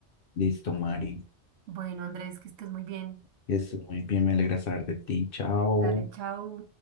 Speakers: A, on the left (about 60°); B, on the right (about 85°).
A: listo, Mari.
B: Bueno, Andrés, que estés muy bien.
A: Es muy bien, me alegra saber de ti. Chao.
B: Dale, chao.